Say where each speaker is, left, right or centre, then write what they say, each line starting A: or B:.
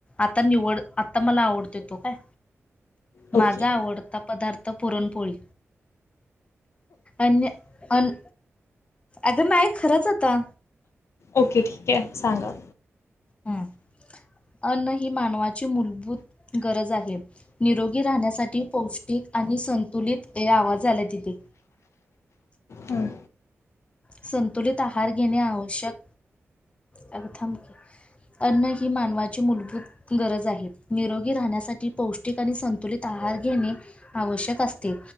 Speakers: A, on the left; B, on the left.
A: आता निवड आता मला आवडतोय काय
B: ओके
A: माझा आवडता पदार्थ पुरणपोळी अन्य अन अगं नाइ खरंच आता.
B: ओके ठीके सांगा.
A: हं. अन्न ही मानवाची मूलभूत गरज आहे. निरोगी राहण्यासाठी पौष्टिक आणि संतुलित हे आवाज यायलाय तिथे
B: हं.
A: संतुलित आहार घेणे आवश्यक अगं थाम की. अन्न ही मानवाची मूलभूत गरज आहेत, निरोगी राहण्यासाठी पौष्टिक आणि संतुलित आहार घेणे. आवश्यक असते.